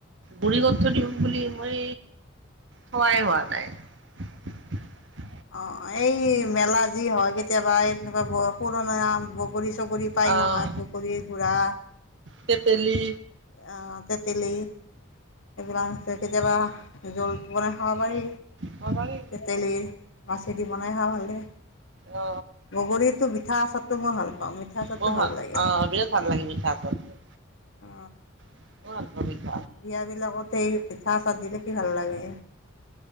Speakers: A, on the right (about 65°); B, on the left (about 70°).
A: গুৰি কৈ থৈ দিম বুলি মই থোৱাই হোৱা নাই। <inaudible>
B: অ এই মেলা যি হয় কেতিয়াবা এই তোমাৰ ধৰা পুৰণা আম, বগ বগৰী চগৰী পাই
A: আহ
B: নহয়, বগৰী গুৰা।
A: তেতেলী
B: আ তেতেলী এইবিলাক আছে কেতিয়াবা জোল বনাই খাব পাৰি।
A: খাব পাৰি।
B: তেতেলীৰ মাছেদি বনাই খাই ভাল লাগে।
A: অ
B: বগৰীতো মিঠা আচাৰটো মই ভাল পাওঁ মিঠা আচাৰটো
A: মোৰ
B: ভাল লাগে।
A: অ বিৰাট ভাল লাগে মিঠা আচাৰটো?
B: অ।
A: <unintelligible>
B: বিয়া বিলাকত সেই পিঠা চ দেখি ভাল লাগে।